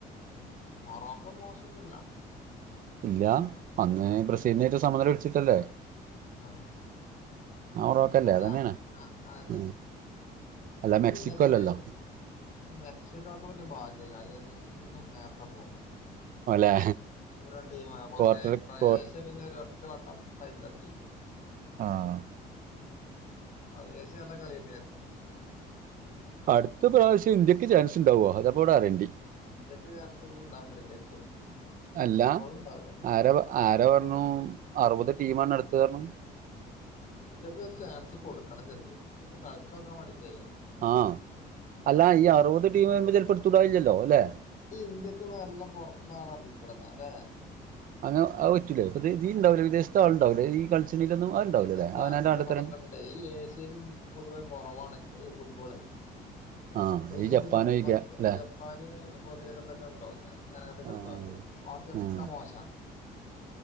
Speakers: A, on the left; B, on the right.
A: ഉം മൊറോക്കൊ മോശൊന്നുല്ല
B: ഇല്ലാ അന്ന് ബ്രസീലിനായിറ്റ് സമനില പിടിച്ചിട്ടല്ലേ
A: ആഹ്
B: ആ മൊറോക്കല്ലേ
A: അതന്നെ
B: അതന്നെയാണ്
A: ആഹ് അതന്നേ
B: ഉം. അല്ല മെക്സിക്കോ
A: പിന്നെ ഇപ്പൊ
B: അല്ലല്ലോ
A: അത് മെക്സിക്കോക്ക് പിന്നെ ഭാഗ്യമില്ല എന്നും നേരത്തെ പോവും
B: അല്ലെ
A: ഒരോ ടീമാണ് കൊറേ
B: ക്വാർട്ടർ
A: ക്രൊയേഷ്യ
B: ക്വാർ
A: പിന്നെ ഒരു ഒറ്റ വട്ടം ഫൈനലിലെത്തി
B: ആഹ്
A: ക്രൊയേഷ്യ നല്ല കളി തന്നെയായിരുന്നു
B: അടുത്ത പ്രാവശ്യം ഇന്ത്യക്ക് ചാൻസ് ഉണ്ടാവോ അതാ ഇപ്പോ ഇവിടെ അറിയേണ്ടി
A: ഇന്ത്യക്ക് ചാൻസ് ഇനി ഉണ്ടാവും ക്രിക്കറ്റില്
B: അല്ല
A: ഫുട്ബോൾ ഉണ്ടാവില്ല
B: ആരാ പ ആരാ പറഞ്ഞു അറുപത് ടീമാണ് അടുത്തതെ പറഞ്ഞു
A: ഇന്ത്യക്ക് ഒരു ചാൻസ് കൊടുക്കണം ശരിക്കും ഒന്ന് കളിച്ച് നോക്കാൻ വെണ്ടീട്ടെ
B: ആഹ് അല്ല ഈ അറുപത് ടീം വരുമ്പോ ചിലപ്പോ എടുത്ത് കൂടായില്ലല്ലോ അല്ലെ
A: ഈ ഇന്ത്യക്ക് നല്ല പൊറത്തൂന്ന് ആളെ എറക്കി കൂടെ എന്നാൽ അല്ലേ
B: അങ്ങനെ അത് പറ്റില്ലേ ഇപ്പത് ദീൽ ഉണ്ടാവില്ലെ വിദേശത്ത് ആൾ ഉണ്ടാവെലെ ഈ കളിച്ചണീലൊന്നും ആ ഉണ്ടാവല്ലല്ലെ
A: പിന്നെന്താ
B: അവനാന്റെ
A: അങ്ങോട്ടും
B: നാട്ട്തെ
A: ഇങ്ങോട്ടൊക്കെ
B: രണ്ട്
A: ഈ ഏഷ്യെലും പോതുവെ കോറവാണ് ഈ ഫുട്ബോളെയി
B: ആഹ്
A: ഏഷ്യ
B: ഈ ജപ്പാന്
A: ഒര് പട്ട്
B: ചോയിക്കാ
A: പന്ത്
B: അല്ലെ
A: ജപ്പ് പ്പാൻ പൊറിയൊക്കെ തന്നെ ഉണ്ടോ <unintelligible> കളിക്കാർ
B: ആഹ്
A: ബാക്കിയൊക്കെ
B: ഉം
A: മോശാ